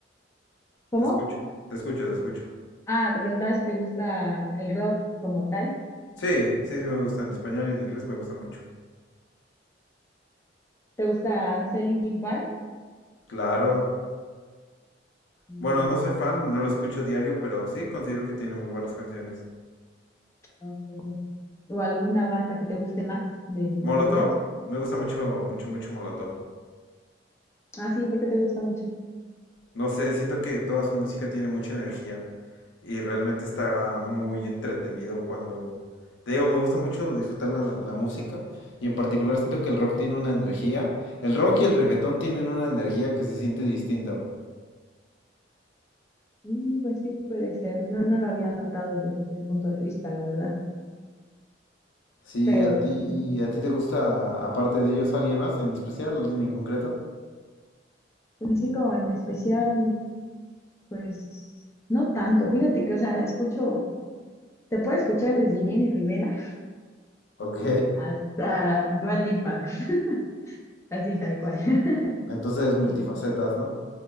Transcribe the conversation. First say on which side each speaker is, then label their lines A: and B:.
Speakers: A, on the left; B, on the left.
A: ¿Cómo?
B: Te escucho, te escucho, te escucho.
A: Ah, te preguntaba si te gusta el rock como tal.
B: Sí, sí, sí me gusta. En español y en inglés me gusta mucho.
A: ¿Te gusta, no sé, Linkin Park?
B: Claro.
A: Mm,
B: Bueno, no soy fan, no lo escucho diario, pero sí considero que tiene muy buenas canciones.
A: ok. ¿O alguna banda que te guste más de, de
B: Molotov.
A: ellos?
B: Me gusta mucho, mucho, mucho Molotov.
A: Ah, sí, porque te gusta mucho.
B: No sé, siento que toda su música tiene mucha energía y realmente está muy entretenido cuando... Te digo, me gusta mucho disfrutar la, la música y en particular siento que el rock tiene una energía. El rock y el reggaetón tienen una energía que se siente distinto.
A: Mm, Pues sí, puede ser. No, no lo había notado desde ese punto de vista, la verdad.
B: Sí,
A: Pero
B: a
A: pues
B: ti,
A: sí,
B: a ti te gusta, aparte de ellos, alguien más en especial, alguien en concreto.
A: pues así como en especial, pues no tanto. Fíjate que, o sea, escucho, te puedo escuchar desde Jenny Rivera
B: Ok,
A: <laughs> hasta Dua Lipa, <laughs> así tal cual. <laughs>
B: entonces multifacetas,
A: Sí,
B: ¿no?